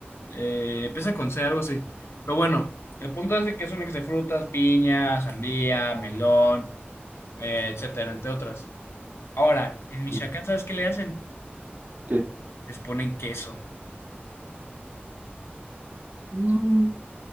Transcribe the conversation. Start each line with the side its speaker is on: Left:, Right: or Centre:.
Left: eh, empieza con C, algo así. Pero bueno, el punto es de que es un mix de frutas, piña, sandía, melón, eh, etcétera, entre otras. Ahora, en Michoacán,
Right: ujú.
Left: ¿sabes qué le hacen?
Right: ¿Qué?
Left: Les ponen queso.
Right: Mm,